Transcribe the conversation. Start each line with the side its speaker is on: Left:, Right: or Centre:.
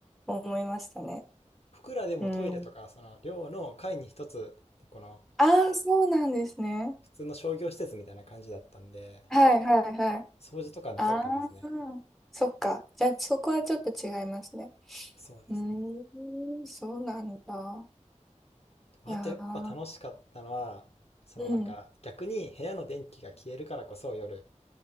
Centre: 思いましたね。
Left: 僕らでもトイレとか、
Centre: うん。
Left: その寮の階に一つ、この
Centre: ああ、そうなんですね。
Left: 普通の商業施設みたいな感じだったんで、
Centre: はいはいはい。
Left: 掃除とかはなかったですね。
Centre: ああ、そっか。じゃあそこはちょっと違いますね。
Left: そうですね。
Centre: うーん、そうなんだ。
Left: でもあとやっぱ楽しかったのは、
Centre: いやー、
Left: そのなんか逆に部屋の電気が消えるからこそ夜、
Centre: うん。